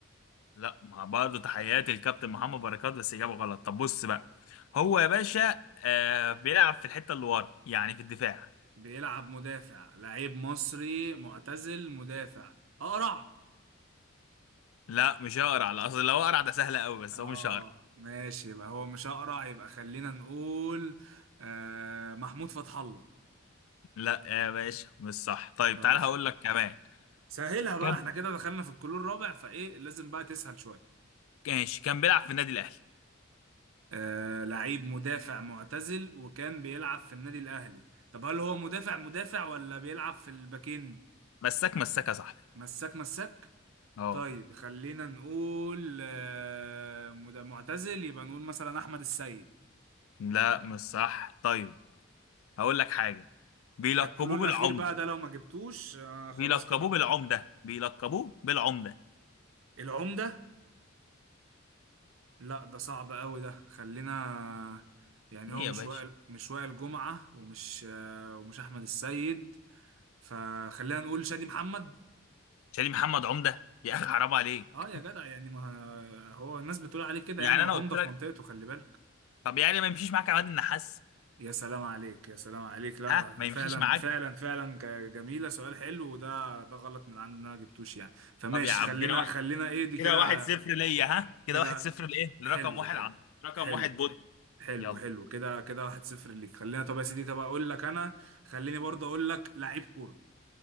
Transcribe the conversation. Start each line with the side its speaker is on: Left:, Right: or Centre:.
Left: لا ما برضه تحياتي للكابتن محمد بركات بس اجابه غلط طب بص بقى هو يا باشا آه بيلعب في الحته اللي ورا يعني في الدفاع
Right: بيلعب مدافع لعيب مصري معتزل مدافع اقرع
Left: لا مش هقرع لا اصل لو اقرع ده سهل قوي بس
Right: اه
Left: هو مش هقرع
Right: ماشي يبقى هو مش اقرع يبقى خلينا نقول آه، محمود فتح الله
Left: لا يا باشا مش صح طيب
Right: طيب
Left: تعالى هقول لك كمان
Right: سهلها بقى
Left: كم
Right: احنا كده دخلنا في الكلور الرابع فايه لازم بقى تسهل شوية
Left: ماشي كان بيلعب في النادي الاهلي
Right: آه، لعيب مدافع معتزل وكان بيلعب في النادي الاهلي طب هل هو مدافع مدافع ولا بيلعب في الباكين
Left: مساك مساك يا صاحبي
Right: مساك مساك
Left: اه
Right: طيب خلينا نقول آه، مد- معتزل يبقى نقول مثلا احمد السيد
Left: لا مش صح طيب هقول لك حاجه بيلقبوه
Right: ده الكلو الاخير
Left: بالعمده
Right: بقى ده لو ما جبتوش آه
Left: بيلقبوه
Right: خلاص كده
Left: بالعمده بيلقبوه بالعمده
Right: العمده لا ده صعب قوي ده خلينا يعني
Left: ايه
Right: هو مش
Left: يا باشا
Right: وائل مش وائل جمعه ومش آه ومش احمد السيد فخلينا نقول شادي محمد
Left: شاليه محمد عمده يا <laughs> اخي حرام عليك
Right: اه يا جدع يعني ما هو الناس بتقول عليه كده
Left: يعني
Right: يعني وعمده
Left: انا قلت لك
Right: في منطقته خلي بالك
Left: طب يعني ما يمشيش معاك عماد النحاس
Right: يا سلام عليك يا سلام عليك لا
Left: ها ما يمشيش
Right: فعلا
Left: معاك
Right: فعلا فعلا ج- جميلة سؤال حلو وده ده غلط من عندنا ما جبتوش يعني فماشي
Left: طب يا عم
Right: خلينا
Left: كده واحد
Right: خلينا ايه دي
Left: كده
Right: كده
Left: واحد صفر ليا ها كده
Right: كده
Left: واحد صفر لايه لرقم
Right: حلو
Left: واحد
Right: حلو
Left: عم رقم
Right: حلو
Left: واحد بود
Right: حلو
Left: يلا
Right: حلو كده كده واحد صفر ليك خلينا طب يا سيدي طب اقول لك انا خليني برضه اقول لك لعيب كورة